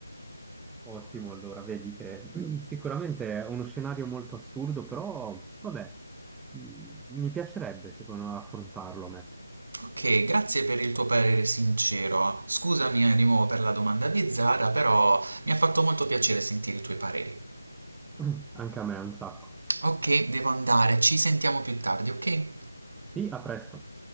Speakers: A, in the centre; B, on the right.
A: Ottimo, allora, vedi che <clears throat> sicuramente è uno scenario molto assurdo, però vabbè, m- mi piacerebbe, secondo me, affrontarlo a me.
B: Ok, grazie per il tuo parere sincero. Scusami eh, di nuovo per la domanda bizzarra, però mi ha fatto molto piacere sentire i tuoi pareri.
A: <clears throat> Anche a me, un sacco.
B: Ok, devo andare, ci sentiamo più tardi, ok?
A: Sì, a presto.